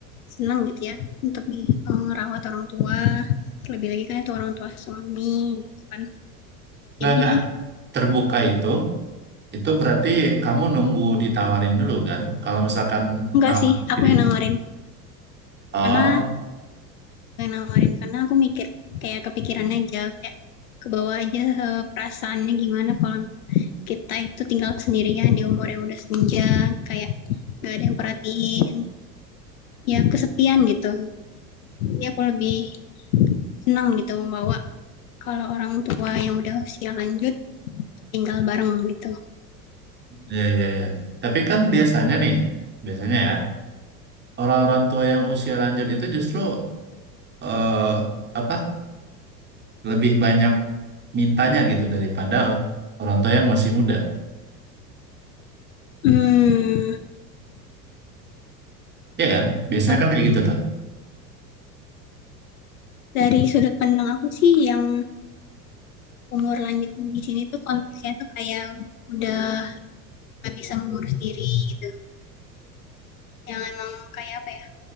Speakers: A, on the left; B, on the right.
A: senang gitu ya untuk merawat eh, orang tua terlebih lagi kan itu orang tua suami gitu kan
B: nggak
A: jadi
B: nggak terbuka itu itu berarti kamu nunggu ditawarin dulu kan kalau misalkan
A: enggak
B: nawarin
A: sih aku
B: diri
A: yang nawarin
B: Oh,
A: karena yang nawarin karena aku mikir kayak kepikiran aja kayak ke bawah aja eh, perasaannya gimana kalau kita itu tinggal sendirian di umur yang udah senja kayak gak ada yang perhatiin ya kesepian gitu ya aku lebih senang gitu membawa kalau orang tua yang udah usia lanjut tinggal bareng gitu
B: Iya, iya, iya. Tapi kan biasanya nih, biasanya ya, orang-orang tua yang usia lanjut itu justru eh apa lebih banyak mintanya gitu daripada orang tua yang masih muda.
A: Hmm,
B: Iya kan? Biasanya
A: kalau
B: kan kayak gitu tuh.
A: dari sudut pandang aku sih yang umur lanjut di sini tuh konteksnya tuh kayak udah nggak bisa mengurus diri gitu. Yang emang kayak apa ya?